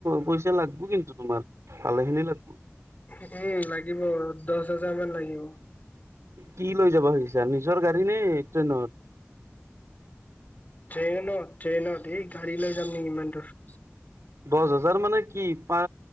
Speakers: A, on the right; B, on the left.
A: পইচা লাগব কিন্তু তোমাৰ, ভালেখিনি লাগব।
B: উম, লাগিব বাৰু দশ হাজাৰ মান লাগিব।
A: কি লৈ যাব খুজিছা, নিজৰ গাড়ী নে ট্ৰেইনত?
B: ট্ৰেইনত, ট্ৰেইনত এই গাড়ী লৈ যাম নেকি ইমান দূৰ?
A: দশ হাজাৰ মানে কি পা